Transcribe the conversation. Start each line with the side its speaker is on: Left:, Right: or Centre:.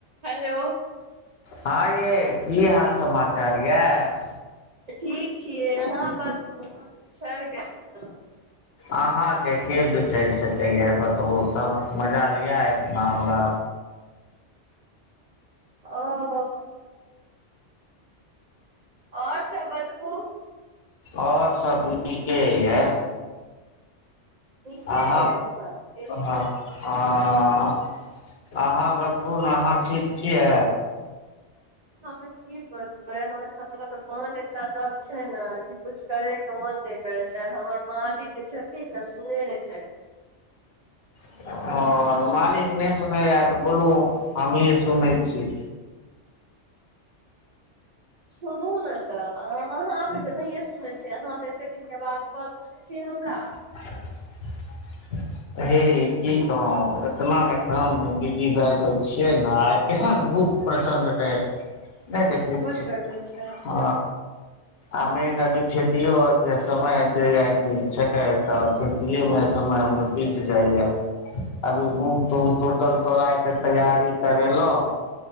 Right: हैलो
Left: हँ ये की हाल समाचार यऽ
Right: तऽ ठीक छियै अहाँ बतबू अहाँ बिसर गेल्हि न
Left: अहाँके के बिसैर सकैए बतबू तऽ मजाल यै एहिठना हमरा
Right: ओ हो ओर सब बतबु
Left: ओर सभनीके यए
Right: नीके
Left: हह
Right: य अहाँके
Left: हँ हं अहाँ बतबू न अहाँ ठीक छियै
Right: हम की बतबै हमरा तऽ मन एते दब छै ने कि कुछ करैके मन नै करै छै आर हमर मालिक जे छथिन ने सुनै नैय छै
Left: <unintelligible> आओर मालिक नहि सुनै य तऽ बोलू हमहीँ सुनैत छी
Right: सुनू ने तऽ अहाँ आबै तऽ नहिए सुनैत छियै अहाँ तऽ एते दि के बाद कॉल करैत छी हमरा
Left: <unintelligible> हे की कहों एतना ने काम बीजी भ' जाय छियै ने आ केहेन धूप प्रचंड
Right: हँ
Left: नै नहि देखै
Right: बड
Left: छी
Right: गर्मी छै
Left: ह आमे नबी खेतियो आओरके समय जे आबि गेल छै तऽ खेतिएमे समय बीत जाइए अभी मूँग तूँग टूटल तोड़यके तैयारी करेलहुं